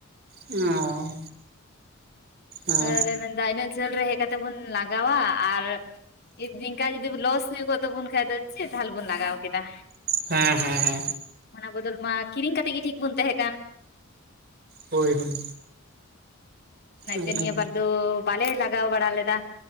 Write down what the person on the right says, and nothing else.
ᱚ, ᱚ
ᱦᱮᱸ ᱦᱮᱸ ᱦᱮᱸ,
ᱦᱳᱭ ᱦᱳᱭ᱾
ᱮᱠᱫᱚᱢ